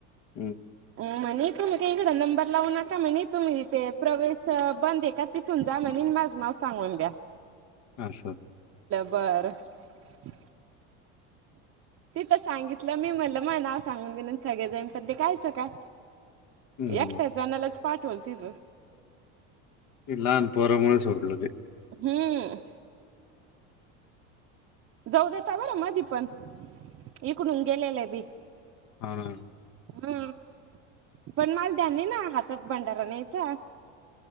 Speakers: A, on the left (about 50°); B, on the right (about 40°).
A: हम्
B: म्हणे तुम्ही का इकडे नंबर लावू नका म्हणे तुमहीिथे प्रवेश बंदे का तिथून जा म्हनी मग नाव सांगून द्या
A: अच्छा
B: बर <unintelligible> ति तर सांगितलं मी मल मग नाव सांगून दिलं सगळे जाईन पण ते कायचं काय
A: हम्म.
B: एकटेचाला पाठवणती तर
A: ल पर मोळ सडलं आहे
B: हम जाऊ देता बरं मधी पण इकडून गेलेले बी
A: हा ना
B: हम पण माल त्यांयानी ना हातात भंडारा न्यायचा